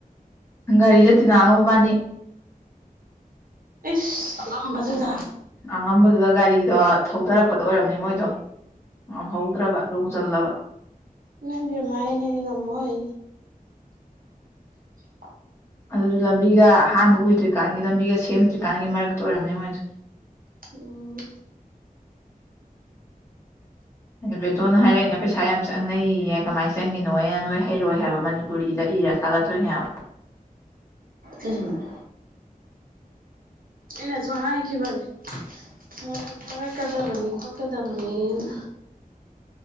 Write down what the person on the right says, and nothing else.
ꯏꯁ ꯑꯉꯝꯕꯗꯨꯗ
ꯅꯥꯏꯠ ꯕꯦꯝꯃ ꯑꯩꯗꯤ ꯉꯝꯃꯣꯏ <inaudible>
ꯎꯝ
ꯎꯝ ꯑꯩꯅꯖꯨ ꯍꯥꯏꯒꯤꯕꯅꯦ ꯁꯨꯃꯥꯏꯅ ꯊꯥꯒꯠꯀꯗꯕꯅꯤ ꯈꯣꯠꯀꯗꯕꯅꯦꯅ